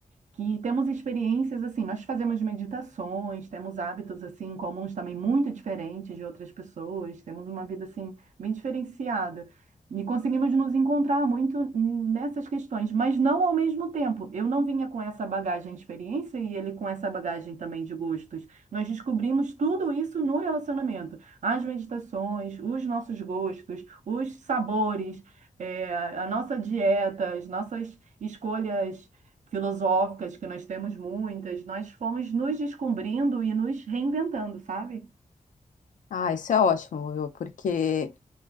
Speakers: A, on the right; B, on the left.
A: que temos experiências assim, nós fazemos meditações, temos hábitos assim comuns também muito diferentes de outras pessoas, temos uma vida assim bem diferenciada. E conseguimos nos encontrar muito nessas questões, mas não ao mesmo tempo. Eu não vinha com essa bagagem de experiência e ele com essa bagagem também de gostos. Nós descobrimos tudo isso no relacionamento. As meditações, os nossos gostos, os sabores, eh, a nossa dieta, as nossas escolhas filosóficas, que nós temos muitas, nós fomos nos descobrindo e nos reinventando, sabe?
B: Ah, isso é ótimo, viu? Porque